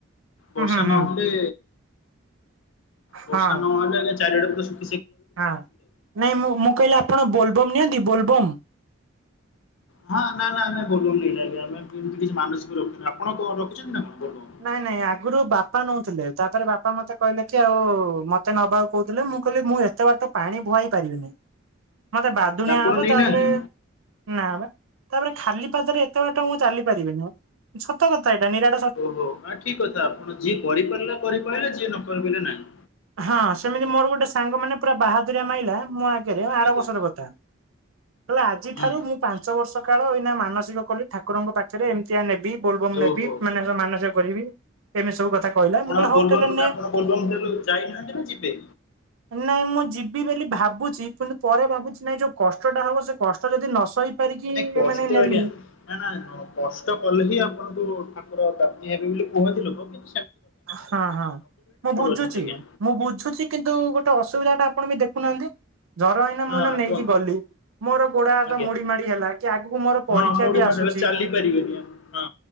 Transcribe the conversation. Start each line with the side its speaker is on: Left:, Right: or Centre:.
Right: ହୁଁ
Left: ବର୍ଷା
Right: ହୁଁ ହୁଁ
Left: ନହେଲେ ବର୍ଷା
Right: ହଁ
Left: ନ ହେଲେ ଚାରିଆଟେ ଶୁ
Right: ହଁ ନାଇଁ ମୁଁ ମୁଁ କହିଲି ଆପଣ ବୋଲବମ୍ ନିଅନ୍ତି ବୋଲବମ୍
Left: ହଁ ନା ନା ଆମେ ବୋଲ ବମ ନେଇନୁ ଭଲ ଆମେ <inaudible> କିଛି ମାନସିକ ରଖିନୁ ଆପଣ କଣ ରଖିଛନ୍ତି ନା ବୋଲବମ୍
Right: ନାଇଁ
Left: କଣ?
Right: ନାଇଁ ଆଗରୁ ବାପା ନଉଥିଲେ ତାପରେ ବାପା ମତେ କହିଲେ କି ଆଉ ମତେ ନବା କୁ କହୁଥିଲେ ମୁଁ କହିଲି ମୁଁ ଏତେ ବାଟ ତ ପାଣି ବୁଆଇ ପାରିବିନି। ମତେ ବାଦୁଣିଆ
Left: ଆପଣ
Right: ହବ
Left: ନେଇନାହାନ୍ତି
Right: ତାପରେ ନା ବା। ତାପରେ ଖାଲି ପାଦରେ ଏତେ ବାଟ ମୁଁ ଚାଲି ପାରିବିନି ସତ କଥା ଏଇଟା ନିରା
Left: ଓହୋ ଆ ଠିକ କଥା ଆପଣ ଯିଏ କରିପାରିଲା କରିପାରିଲା ଯିଏ ନ କରି ପାରିଲେ ନାଇଁ।
Right: ହଁ ସେମିତି ମୋର ଗୋଟେ ସାଙ୍ଗ ମାନେ ପୁରା ବାହାଦୁରୀଆ ମାଇଲା ମୋ ଆଗରେ ଆର
Left: ଆଜ୍ଞା
Right: ବର୍ଷର କଥା ହେଲେ ଆଜିଠାରୁ
Left: ହୁଁ
Right: ମୁଁ ପାଞ୍ଚ ବର୍ଷ କାଳ ମାନସିକ କଲି ଠାକୁରଙ୍କ ପାଖରେ ଏମିତିଆ ନେବି ବୋଲବମ୍
Left: ଓହୋ
Right: ନେବି ମାନେ ମାନସିକ କରିବି ଏମିତି ସବୁ କଥା କହିଲା
Left: ଆପଣ
Right: ମୁଁ କହିଲି ହଉ
Left: ବୋଲବମ୍
Right: ତାହେଲେ ନେ
Left: ଆପଣ ବୋଲବମ ଯାଇନାହାନ୍ତି ନା ଯିବେ?
Right: ନାଇଁ ମୁଁ ଯିବି ବୋଲି ଭାବୁଛି କିନ୍ତୁ ପରେ ଭାବୁଛି ନାଇଁ ଯୋଉ କଷ୍ଟଟା ହବ ସେ କଷ୍ଟ ଯଦି ନ ସହି ପାରିକି
Left: ନାଇଁ କଷ୍ଟ
Right: ମାନେ ନେଲି
Left: ଆଜ୍ଞା ନା ନା କଷ୍ଟ କଲେ ହିଁ ଆପଣଙ୍କୁ ତାଙ୍କର ପ୍ରାର୍ଥୀ ହେବି ବୋଲି କୁହନ୍ତି ଲୋକ କିନ୍ତ
Right: ହଁ ହଁ ମୁଁ ବୁଝୁଛି
Left: ଅଛନ୍ତି ଆଜ୍ଞା
Right: ମୁଁ ବୁଝୁଛି କିନ୍ତୁ ଗୋଟେ ଅ ସୁବିଧା ଟା ଆପଣ ବି ଦେଖୁନାହାନ୍ତି। ଝର ହେଇନା
Left: ହଁ
Right: ମୁଁ ନା ନେଇକି
Left: କୁହନ୍ତୁ
Right: ଗଲି ମୋର ଗୋଡ ହାତ
Left: ଆଜ୍ଞା
Right: ମୁଡି ମାଡି ହେଲା କି ଆଗକୁ ମୋର
Left: ହଁ
Right: ପରୀକ୍ଷା
Left: ମୋଡି
Right: ବି
Left: ମାଡିଗଲେ
Right: ଆସୁଛି
Left: ଚାଲି ପାରିବେନି ହଁ